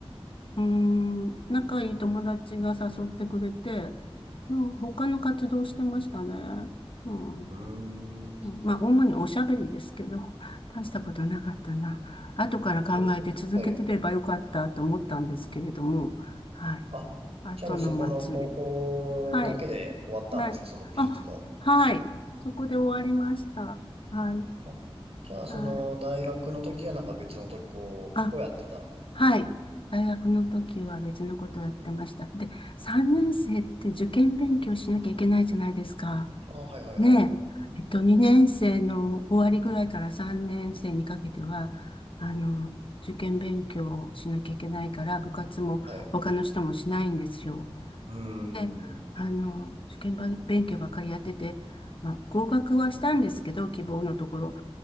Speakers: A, on the left (about 55°); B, on the right (about 70°).
A: うーん、仲いい友達が誘ってくれて、うん他の活動してましたね。うん
B: うん。う
A: まあ、主におしゃべりですけど、大したことなかったな。後から考えて続けてればよかったと思ったんですけれども、
B: ーん。はい。
A: はい。
B: あ、
A: 後の祭り。
B: じゃあもうそこの高校だけで終わったんですか、
A: はい。はい。
B: その美術の。
A: あ、はい。そこで終わりました。はい。
B: あ、じゃあその大学の時はなんか別の時こう、
A: はい。あ、
B: をやってた。
A: はい。大学の時は別のことをやってました。で、3年生って受験勉強しなきゃいけないじゃないですか。
B: あ、はいはいはい。
A: ねえ、えっと、2年生の終わりぐらいから3年生にかけては、あの、受験勉強をしなきゃいけないから、部活も他の人もしないんですよ。
B: はい。うー
A: で、
B: ん。
A: あの、受験ば勉強ばっかりやってて、まあ、合格はしたんですけど、希望のところ。